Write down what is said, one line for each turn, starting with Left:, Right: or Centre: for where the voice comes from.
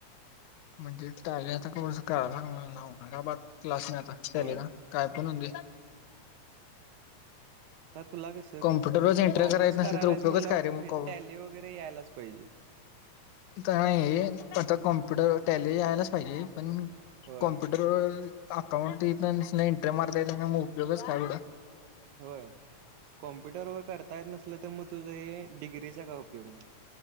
Left: म्हणजे टाले आता कर्स करा लाव लावून का क्लास म आता त्याले
Right: होय
Left: ना काय पणे
Right: तर तुला कस
Left: कॉम्प्युटरवरच एंटर
Right: कॉमर्स
Left: करायच नसली
Right: करायलाच
Left: तर उपयोगच
Right: म्हणलं
Left: काय रे मग
Right: टॅली वगैरे यायलाच पाहिज जे
Left: तर नाही आता कोण कप्युटर टॅलेज यायलाच पाहिजे पण
Right: होय
Left: कॉम्प्युटरवर अकाउंट इथ एंटर मारता य मग उपयगच काय बडा
Right: होय कॉम्प्युटर वर करता येत नसलं तर मग तुझं हे डिग्रीचा काय उपयोग नाही